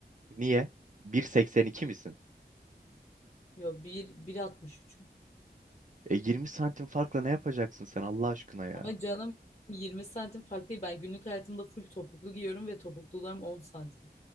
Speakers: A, on the right (about 50°); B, on the left (about 40°).
A: Niye? 1.82 misin?
B: Yok 1, 1.63.
A: E 20 santim farkla ne yapacaksın sen Allah aşkına ya?
B: Ama canım 20 santim fark değil. Ben günlük hayatımda full topuklu giyiyorum ve topuklularım 10 santim.